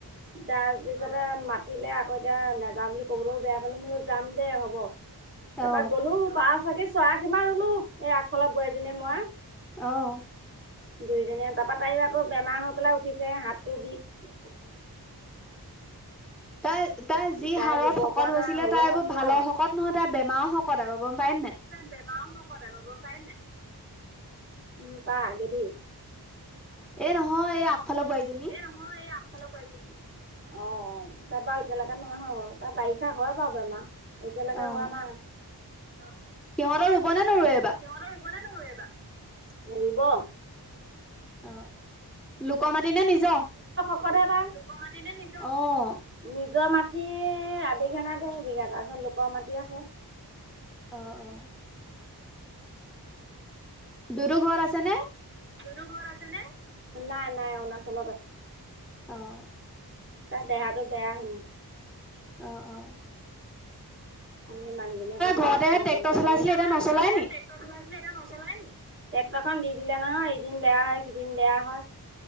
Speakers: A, on the right (about 30°); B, in the centre.
A: তাৰপিছতে মাতিলে আকৌ এতিয়া নাযা বুলি কবলৈও বেয়া পালো মো যাম দে হ'ব
B: অ
A: তাৰপৰা গ'লো বাছ চাকি চৰা কিমান ৰুলো এই আগফালৰ বোৱাই এজনীয়ে মই।
B: আহ
A: দুই দিনিয়া তাৰপা তাইও আকৌ বেমাৰ হৈ পেলাই উঠিছেহে হাতটো বিষ।
B: তাই তাৰ যি
A: তাই
B: হাড়ত
A: ৰুব
B: শকত
A: পৰা
B: হৈছিলে
A: নাই হ'লেও
B: তাই এইবোৰ
A: আছে
B: ভালৰ
A: আৰু।
B: শকত নহয় তাৰ বেমাৰৰ শকত আকৌ গম পায় ন নাই?
A: বেমাৰ শকত পায়ছে? উম তা আগেদি
B: এ নহয় এই আগফালৰ বোৱাৰীজনী।
A: নহয় এই অ তাৰ বাৰু এতিয়ালৈকে নাইহোৱা বাৰু তাৰ বাৰিষা হয় বাৰু বেমাৰ। এতিয়ালৈকে
B: অ',
A: হোৱা নাই অ
B: সিহঁতৰ ৰুব নে নৰুৱে এইবাৰ?
A: সিহঁতৰ ৰুব নে ন এইবা? ৰুব।
B: অ লোকৰ মাটি নে নিজৰ?
A: লু'ক মাটি নে নিজৰ?
B: অ'।
A: নিজৰ মাটি আবিঘটা দে বিঘা তাৰ পিছত লোকৰ মাটি ক'ও
B: অঁ অঁ দুদু ঘৰত আছে নে?
A: দুদু ঘৰত আছে নে? নাই, নাই। অৰুণাচলত আছে।
B: অ'।
A: তাৰ দেহাটো বেয়া হেনো।
B: অ-অ।
A: অথনি মানুহজনীয়ে কৈছিলে
B: ঘৰতেহে
A: ফোন
B: ট্ৰেক্টৰ
A: কৰিছিলে
B: চলাইছিলে
A: নো <unintelligible> সি
B: এতিয়া নচলাই নি?
A: এতিয়া নচলাই নি? ট্ৰেক্টৰ খন দি দিলে নহয়। এদিন বেয়া হয়, সিদিন বেয়া হয়।